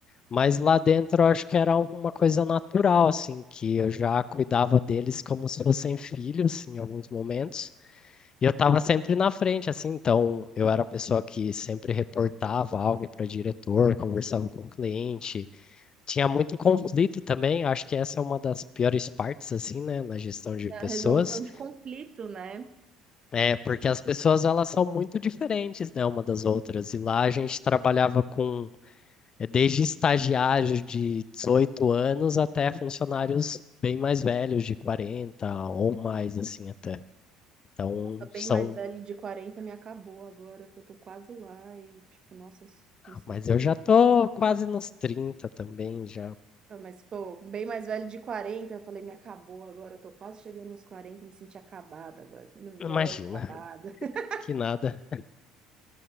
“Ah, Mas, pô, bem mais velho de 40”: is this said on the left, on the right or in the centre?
Right